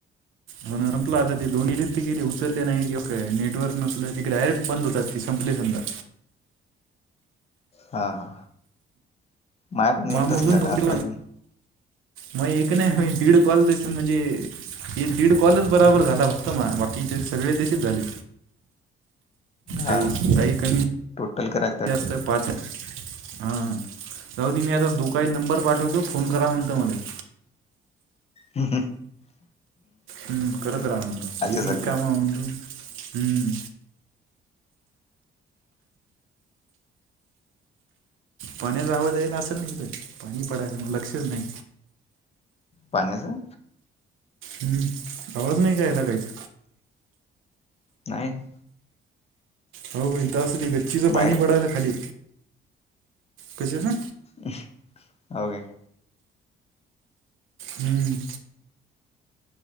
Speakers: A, on the right; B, on the left.
A: होण संपलं आता ते दोनी वेस्ट गेले उचलले नाही कि का नेटवर्क नसल ती डायरेट बंद होत आसतेत संपली समाजा
B: हा हा माय पण
A: मग
B: एक तासच
A: मधून
B: झालं
A: फक्त
B: आता अजून
A: मग एक नाही दीड कॉल त म्हणजे हे दीड कॉलच बराबर झाला फक्त मा बाकीचे सगळे तसेच झाले
B: हा
A: काही
B: हा
A: काही कमी
B: टोटल करा
A: जास्त पाच <inaudible> हा जाऊदे मि आता दु त काही नंबर पाठवतो फोन करा म्हणंतो मला
B: हं हं
A: हम्म करत राहा म्हणतो
B: सारखं
A: कामा म्हणतो मी हम्म पाण्याचा आवाज यायला असेल नाही इथं पाणी पडायला माझ लक्षच नाही
B: पाण्याचा
A: हम्म. आवाज नाही का यायला काहीच
B: नाही.
A: हो बघ इथं असं गच्चीच
B: बाहेर
A: पाणी पडायला खाली, कशाचं?
B: हो काय
A: हम्म.